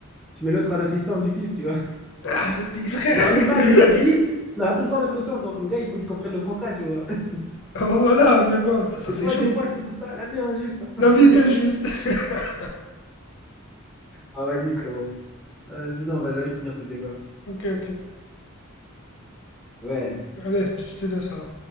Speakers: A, in the centre; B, on the left.
A: tu mets l'autre en assistant du fils, tu vois.
B: Ah, Zombie, frère.
A: Genre,
B: c'est-
A: l'image, ce sera le fils. On aura tout le temps l'impression. Donc, le gars, il faut qu'il comprenne le contrat, tu vois. <laughs>
B: <laughs> oh, voilà, mais bon, ça
A: Des
B: c'est
A: fois,
B: chaud.
A: des fois c'est comme ça. La vie est injuste.
B: La
A: hein.
B: vie
A: <laughs>
B: est injuste. <laughs>
A: Ah, vas-y, frérot. Euh, sinon, on va jamais finir ce débat.
B: ok, ok.
A: Ouais.
B: Allez, je te laisse alors.